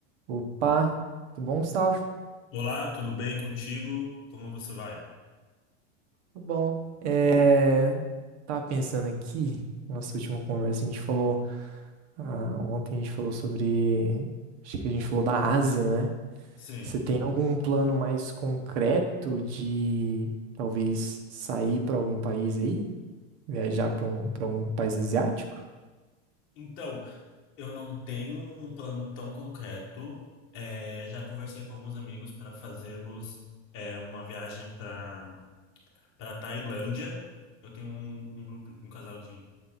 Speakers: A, on the right (about 65°); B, on the left (about 35°).
A: Opa, tudo bom, Gustavo?
B: Olá, tudo bem contigo? Como você vai?
A: Tudo bom. É, tava pensando aqui, nossa última conversa, a gente falou, ah, ontem a gente falou sobre, acho que a gente falou da Ásia, né?
B: Sim.
A: Você tem algum plano mais concreto de talvez sair para algum país aí? Viajar para um, para algum país asiático?
B: Então, eu não tenho um plano tão concreto. É, já conversei com alguns amigos para fazermos é, uma viagem para para Tailândia. Eu tenho um, um grupo, um casal de,